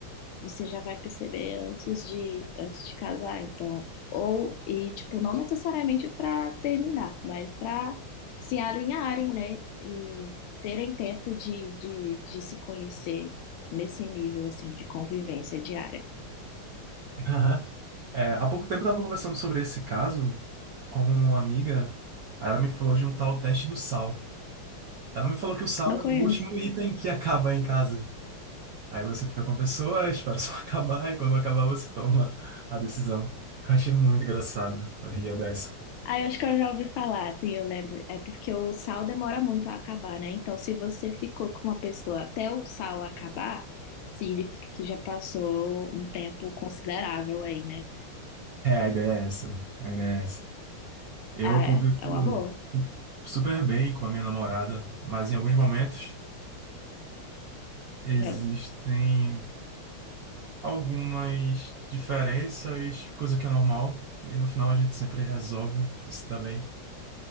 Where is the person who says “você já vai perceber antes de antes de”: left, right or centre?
Left